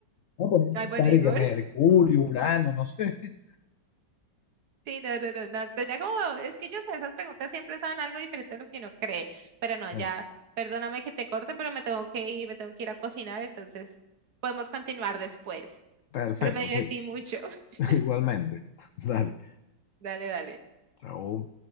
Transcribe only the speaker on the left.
a poner inventar
y que Mercurio, Urano, no sé. <laughs>
Ah,
Perfecto,
sí,
<laughs> igualmente. Dale,
chao.